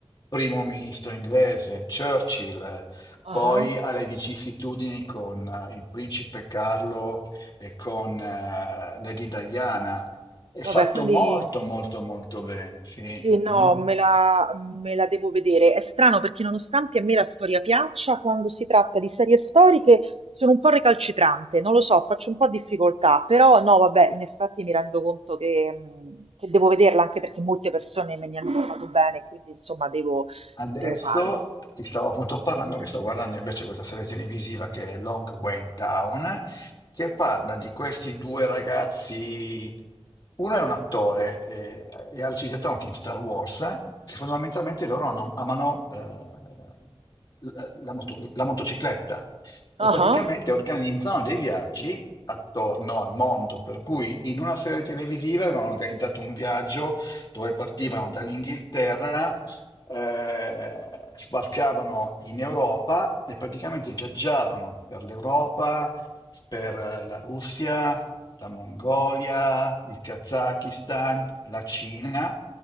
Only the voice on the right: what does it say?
Ah,
Vabbè,
quindi...
Sì, no,
me la, me la devo vedere. È strano perché nonostante a me la storia piaccia, quando si tratta di serie storiche sono un po' recalcitrante, non lo so, faccio un po' difficoltà, però no, vabbè, in effetti mi rendo conto che, mh, che devo vederla anche perché molte persone me ne hanno parlato bene, quindi insomma devo,
devo farlo.
Ah
ah,